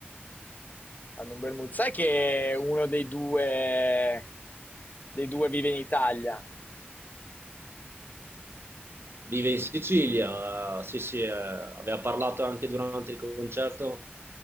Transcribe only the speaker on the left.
hanno un bel mood. Sai che uno dei due, dei due vive in Italia?